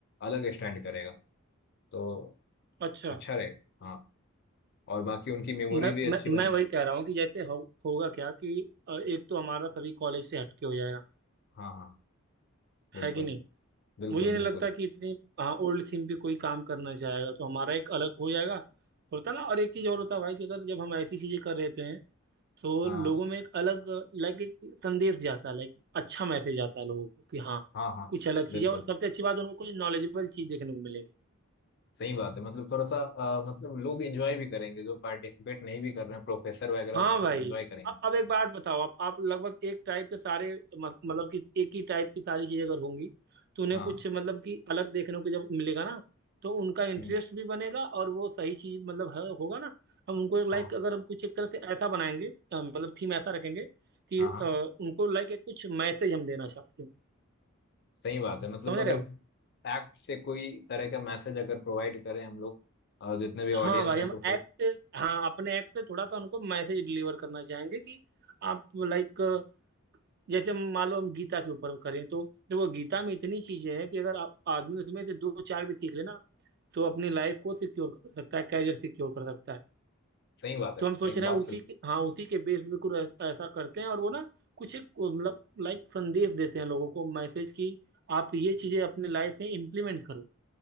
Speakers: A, on the left; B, on the right.
A: अलग स्टैंड करेगा तो
B: अच्छा
A: अच्छा रहेगा हाँ और बाकी उनकी मेमोरी
B: मैं
A: भी अच्छी
B: मैं
A: बनेगी
B: मैं वही कह रहा हूँ कि जैसे हो, होगा क्या कि अ, एक तो हमारा सभी कॉलेज से हटके हो जाएगा
A: हाँ हाँ बिल्कुल
B: है कि नहीं
A: बिल्कुल
B: मुझे नहीं
A: बिल्कुल
B: लगता कि इतनी हाँ ओल्ड थीम पे कोई काम करना चाहेगा तो हमारा एक अलग हो जाएगा होता ना और एक चीज़ और होता है भाई कि अगर जब हम ऐसी चीज़ें कर रहे हैं तो
A: हाँ
B: लोगों में एक अलग लाइक एक संदेश जाता है लाइक अच्छा मैसेज आता है लोगों को कि हाँ
A: हाँ हाँ
B: कुछ अलग चीज़
A: बिल्कुल
B: है और सबसे अच्छी बात उनको कुछ नॉलेजेबल चीज़ देखने को मिलेगी
A: सही बात है मतलब थोड़ा सा अ, मतलब लोग एंजॉय भी करेंगे जो पार्टिसिपेट नहीं भी कर रहे हैं प्रोफेसर वगैरह
B: हाँ
A: मतलब
B: भाई
A: एंजॉय करेंगे
B: अब अब एक बात बताओ आप आप लगभग एक टाइप के सारे म- मतलब कि एक ही टाइप की सारी चीजें अगर होंगी तो उन्हें
A: हाँ
B: कुछ मतलब कि अलग देखने को जब मिलेगा ना तो उनका इंटरेस्ट
A: हम्म,
B: भी बनेगा और वो सही चीज मतलब है, होगा ना हम उनको एक लाइक
A: हाँ
B: अगर हम कुछ एक तरह से ऐसा बनाएंगे अ, मतलब थीम ऐसा रखेंगे कि
A: हाँ
B: अ,
A: हाँ
B: उनको लाइक एक कुछ मैसेज हम देना चाहते हो
A: सही बात है मतलब
B: समझ
A: अगर
B: रहे हो
A: एक्ट से कोई तरह का मैसेज अगर प्रोवाइड करें हम लोग अ, जितने भी ऑडियंस
B: हाँ भाई
A: हैं
B: हम
A: तो फिर
B: एक्ट से हाँ अपने एक्ट से थोड़ा सा उनको मैसेज डिलीवर करना चाहेंगे कि आप लाइक जैसे मान लो हम गीता के ऊपर करें तो देखो गीता में इतनी चीजें हैं कि अगर आप आदमी उसमें से दो चार भी सीख ले ना तो अपनी लाइफ को सिक्योर कर सकता है कैरियर सिक्योर कर सकता है
A: सही बात है
B: तो
A: सही
B: हम सोच रहे
A: बात
B: हैं उसी
A: बिल्कुल
B: के हाँ उसी के बेस पे कुछ ऐसा करते हैं और वो ना कुछ एक मतलब लाइक संदेश देते हैं लोगों को मैसेज की आप ये चीजें अपने लाइफ में इम्प्लीमेंट करो